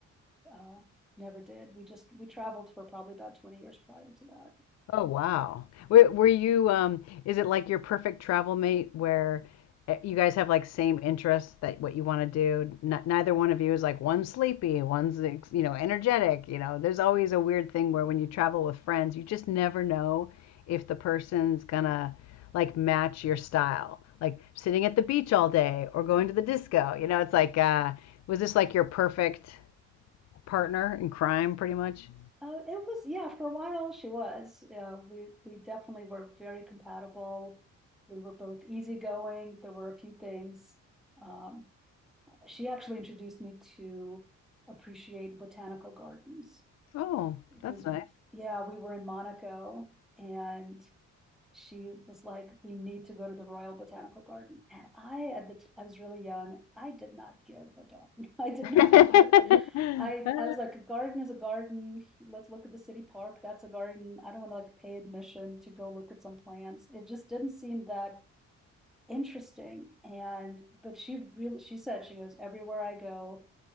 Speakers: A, in the centre; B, on the left.
A: uh never did. We just we traveled for probably about twenty years prior to that.
B: Oh wow. Were, were you um is it like your perfect travel mate where eh, you guys have like same interests that what you want to do? N neither one of you is like one's sleepy, one's ex- you know energetic, you know. There's always a weird thing where when you travel with friends, you just never know if the person's gonna like match your style. Like sitting at the beach all day or going to the disco. You know, it's like uh was this like your perfect partner in crime, pretty much.
A: Uh, it was yeah. For a while, she was. Uh, we we definitely were very compatible. We were both easygoing. There were a few things. Um, she actually introduced me to appreciate botanical gardens
B: Oh,
A: because,
B: that's nice.
A: yeah, we were in Monaco and she was like, we need to go to the Royal Botanical Garden. And I, at the t- I was really young. I did not give a darn. <laughs> I did
B: <laughs>
A: not care. I, I was like, a garden is a garden. Let's look at the city park. That's a garden. I don't want to like pay admission to go look at some plants. It just didn't seem that interesting and but she really she said she goes everywhere I go